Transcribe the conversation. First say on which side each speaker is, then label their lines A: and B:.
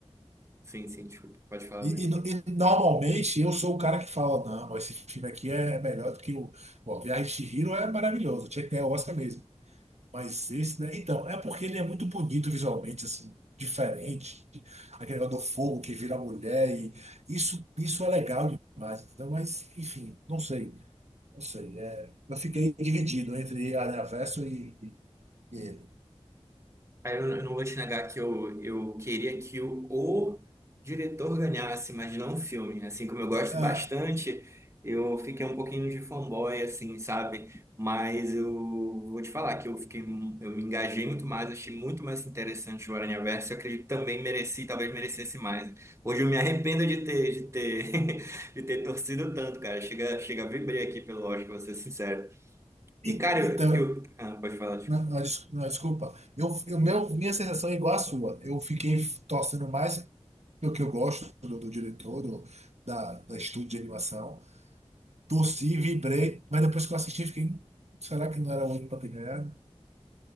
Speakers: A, on the right; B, on the right.
A: sim, sim, desculpa, pode falar,
B: e,
A: Bruno.
B: e no- e normalmente eu sou o cara que fala, não, ó, esse filme aqui é melhor do que o. Ó, Viagem de Chihiro é maravilhoso, tinha que ganhar o Oscar mesmo. Mas esse, né? Então, é porque ele é muito bonito visualmente, assim, diferente. Aquele negócio do fogo que vira mulher, e isso, isso é legal demais. Então, mas, enfim, não sei, não sei. é, eu fiquei dividido entre Aranha Verso e. E-
A: Aí Eu eu não vou te negar que eu, eu queria que o, o diretor ganhasse, mas não o filme. Assim como eu gosto
B: ah,
A: bastante, eu fiquei um pouquinho de fanboy, assim, sabe? Mas eu vou te falar que eu fiquei, mu- eu me engajei muito mais, achei muito mais interessante o Aranhaverso. Eu acredito que também mereci, talvez merecesse mais. Hoje eu me arrependo de ter, de ter, <laughs> de ter torcido tanto, cara. Chega, chega a vibrei aqui pelo Oscar, vou ser sincero. E,
B: e-
A: cara,
B: então,
A: eu, eu... Ah, pode falar,
B: não, não, des- não, desculpa. Eu, eu, meu, minha sensação é igual à sua. Eu fiquei torcendo mais pelo que eu gosto do, do diretor, do, da, da estúdio de animação. Torci, vibrei, mas depois que eu assisti, fiquei, "Hum, será que não era o único para ter ganhado?